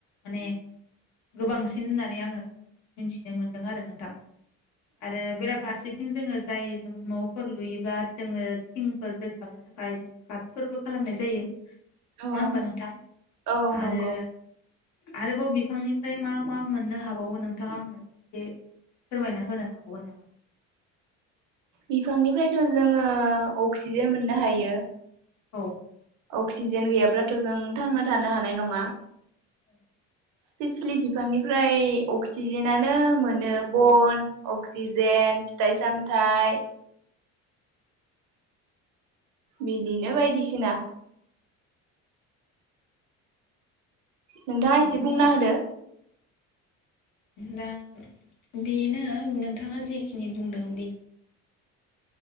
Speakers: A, on the left; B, on the right.
A: माने गोबांसिन होननानै आङो मिथिनो मोनदों आरो नोंथां आरो बेराफारसे थिं जोङो जाय जों न'फोर लुयोबा जोङो थिंफोर दोनथाबनो थाखाय जों कारटफोरबो खालामनाय जायो नङा
B: औ
A: होमबा नोंथां
B: औ नंगौ
A: आरो आरोबाव बिफांनिफ्राय मा मा मोननो हाबावो नोंथाङा आंनो एसे फोरमायना होनो हाबावगोन नामा?
B: बिफांनिफ्रायथ' जोङो अक्सिजेन मोननो हायो।
A: औ
B: अक्सिजेन गैयाब्लाथ' जों थांना थानो हानाय नङा।
A: औ
B: स्पिसेेलि बिफांनिफ्राय अक्सिजेनानो मोनो बन अक्सिजेन फिथाइ सामथाइ बिदिनो बायदिसिना नोंथाङा
A: बिदिनो
B: एसे बुंना
A: आरो
B: होदो
A: दा बेनो नोंथाङा जेखिनि बुंदों <unintelligible>